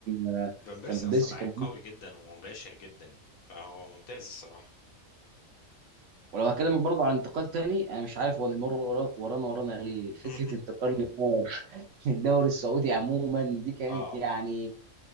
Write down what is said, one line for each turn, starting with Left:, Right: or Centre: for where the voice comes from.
Right: آه،
Left: فان بيرسي
Right: فان
Left: اصلا
Right: بيرسي
Left: لعيب
Right: كان
Left: قوي جدا ومباشر جدا يعني، فهو ممتاز الصراحه
Right: ولو هكلمك برضه عن انتقال تاني انا مش عارف هو نيمار ورا- ورانا ورانا ليه فكره
Left: <laughs>
Right: انتقال نيمار <laughs> الدوري السعودي عموما دي كانت
Left: اه
Right: يعني